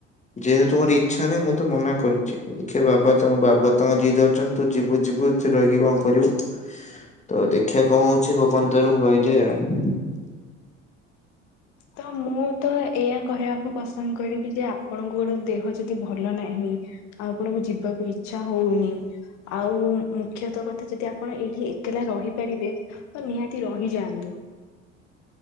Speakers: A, on the left; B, on the left.
A: ଯେହେତୁ ମୋର ଇଚ୍ଛା ନାହିଁ ମୁଁ ତ ମନା କରିଛି ଦେଖିଆ ବାବା ତ ବାବା ତଙ୍କ ଯିଦ ଅଛନ୍ତି ତୁ ଯିବୁ ଯିବୁ! ସେଠି ରହିକି କଣ କରିବୁ! ତ ଦେଖିବା କଣ ହଉଛି ଭଗବାନ ଦୟାରୁ ମୁଁ ରହିଯାଏ ଆଉ।
B: ତ ମୁଁ ତ ଏଇଆ କହିବାକୁ ପସନ୍ଦ କରିବି ଯେ ଆପଣଙ୍କୁର ଦେହ ଯଦି ଭଲ ନାହିଁ ଆଉ ଆପଣଙ୍କୁ ଯିବାକୁ ଇଛା ହଉନି ଆଉ ମୁଖ୍ୟତଃ କଥା ଯଦି ଆପଣ ଏଇଠି ଏତ ଏକେଲା ରହିପାରିବେ ତ ନିହାତି ରହିଯାଆନ୍ତୁ।